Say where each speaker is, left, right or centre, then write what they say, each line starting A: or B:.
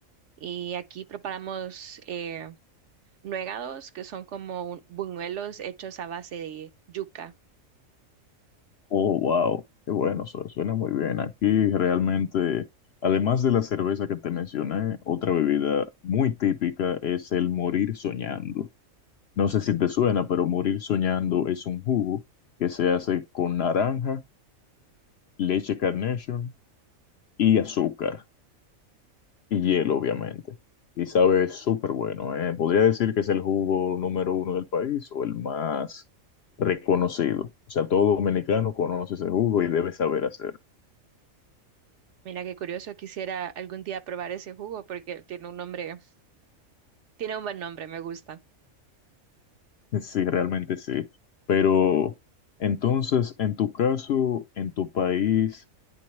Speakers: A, on the right (about 65°); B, on the left (about 60°).
A: Y aquí preparamos eh, nuegados, que son como un- buñuelos hechos a base de yuca.
B: Oh, wow, qué bueno, su- suena muy bien. Aquí realmente, además de la cerveza que te mencioné, otra bebida muy típica es el morir soñando. No sé si te suena, pero morir soñando es un jugo que se hace con naranja, leche Carnation y azúcar y hielo, obviamente. Y sabe súper bueno, ¿eh? Podría decir que es el jugo número uno del país o el más reconocido. O sea, todo dominicano conoce ese jugo y debe saber hacerlo.
A: Mira qué curioso, quisiera algún día probar ese jugo porque tiene un nombre, tiene un buen nombre, me gusta.
B: <laughs> Sí, realmente sí. Pero entonces, en tu caso, en tu país,